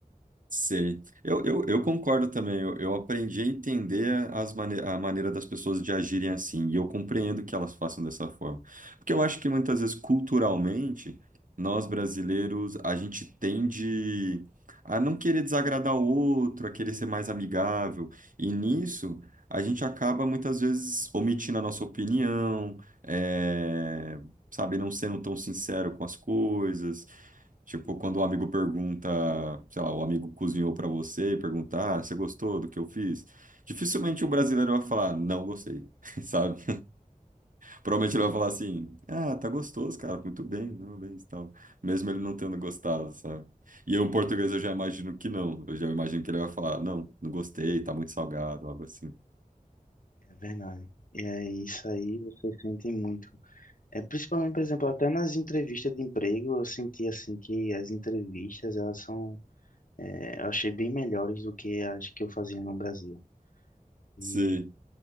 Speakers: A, on the right; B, on the left.
A: Sei. Eu, eu, eu concordo também. Eu, eu aprendi a entender as mane a maneira das pessoas de agirem assim. E eu compreendo que elas façam dessa forma. Porque eu acho que muitas vezes, culturalmente, nós brasileiros, a gente tende a não querer desagradar o outro, a querer ser mais amigável. E nisso, a gente acaba muitas vezes omitindo a nossa opinião, é, sabe, não sendo tão sincero com as coisas. Tipo, quando o amigo pergunta, sei lá, o amigo cozinhou pra você e perguntar, ah, você gostou do que eu fiz? Dificilmente o brasileiro vai falar, não gostei, <laughs> sabe? Provavelmente ele vai falar assim, ah, tá gostoso, cara, muito bem, parabéns, tal. Mesmo ele não tendo gostado, sabe? E eu, em português, eu já imagino que não. Eu já imagino que ele vai falar, não, não gostei, tá muito salgado, algo assim.
B: É verdade. é isso aí, você sente muito. É, principalmente, por exemplo, até nas entrevistas de emprego, eu senti assim que as entrevistas, elas são, é, eu achei bem melhores do que as que eu fazia no Brasil. E
A: Sim.